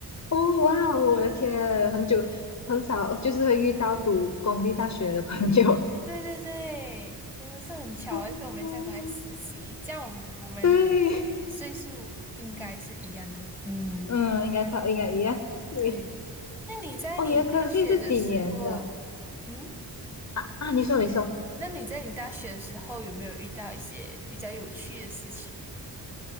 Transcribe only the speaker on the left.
哦，哇哦我的天，很久很少，就是会遇到读公立大学的朋友。
嗯嗯，
对，
嗯，应该差，应该一样。对，
哦，你的科系是几年的？
啊啊，你说你说，